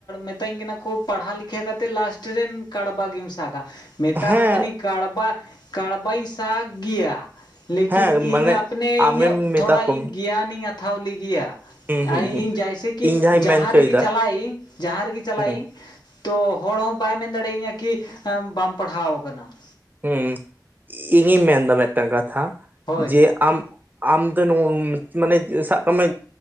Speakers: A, on the left; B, on the right.
A: ᱢᱮᱛᱟᱹᱧ ᱠᱟᱱᱟ ᱠᱚ ᱯᱟᱲᱦᱟ ᱞᱮᱤᱠᱷᱟ ᱠᱟᱛᱮ ᱞᱟᱥᱴ ᱨᱮᱱ ᱠᱟᱲᱵᱟ ᱜᱮᱢ ᱥᱟᱜᱟ ᱾ ᱢᱮᱛᱟ
B: ᱦᱮᱸ
A: ᱠᱚ ᱠᱟᱹᱱᱟᱹᱧ ᱠᱟᱲᱵᱟ ᱠᱟᱲᱵᱟᱧ ᱥᱟᱜ ᱜᱮᱭᱟ ᱾ ᱞᱮᱠᱤᱱ
B: ᱦᱮᱸ
A: ᱤᱧ
B: ᱢᱟᱱᱮ
A: ᱟᱯᱱᱮ
B: ᱟᱢᱮᱢ
A: ᱤᱧᱟᱹᱜ
B: ᱢᱮᱛᱟ
A: ᱛᱷᱚᱲᱟ
B: ᱠᱚᱢ
A: ᱤᱧ ᱜᱮᱭᱟᱱᱤᱧ ᱟᱛᱷᱟᱣ ᱞᱮᱜᱮᱭᱟ ᱾
B: ᱦᱩᱸ ᱦᱩᱸ
A: ᱟᱨ ᱤᱧ
B: ᱦᱩᱸ
A: ᱡᱮᱭᱥᱮ ᱠᱤ
B: ᱤᱧ ᱡᱟᱦᱟᱸᱧ
A: ᱡᱟᱦᱟᱸ
B: ᱢᱮᱱ ᱦᱚᱪᱚᱭᱮᱫᱟ
A: ᱨᱮᱜᱮ ᱪᱟᱞᱟᱜ ᱤᱧ ᱡᱟᱦᱟᱸ ᱨᱮᱜᱮ ᱪᱟᱞᱟᱜ
B: ᱦᱩᱸ
A: ᱤᱧ ᱛᱚ ᱦᱚᱲ ᱦᱚᱸ ᱵᱟᱭ ᱢᱮᱱ ᱫᱟᱲᱮᱭᱟᱹᱧᱟ ᱠᱤ ᱵᱟᱢ ᱯᱟᱲᱦᱟᱣ ᱟᱠᱟᱱᱟ ᱾
B: ᱦᱩᱸ ᱤᱧᱤᱧ ᱢᱮᱱᱫᱟ ᱢᱮᱫᱴᱟᱝ ᱠᱟᱛᱷᱟ
A: ᱦᱳᱭ
B: ᱡᱮ ᱟᱢ ᱟᱢ ᱫᱚ ᱱᱚ ᱢᱟᱱᱮ ᱥᱟᱵ ᱠᱟᱜ ᱢᱮ